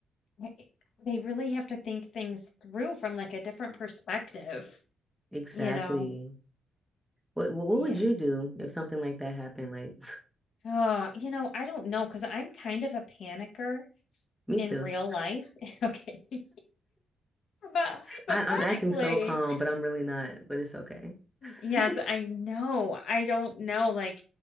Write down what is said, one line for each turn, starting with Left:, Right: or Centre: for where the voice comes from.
Left: eh, eh, they really have to think things through from like a different perspective
Centre: Exactly.
Left: you know
Centre: What, what what
Left: yeah
Centre: would you do if something like that happened? Like,
Left: oh you know I don't know because I'm kind of a panicker
Centre: <laughs> me
Left: in
Centre: too.
Left: real life <laughs> okay but hypothetically
Centre: I, I'm acting so calm, but I'm really not, but it's okay.
Left: yes
Centre: <laughs>
Left: I know I don't know like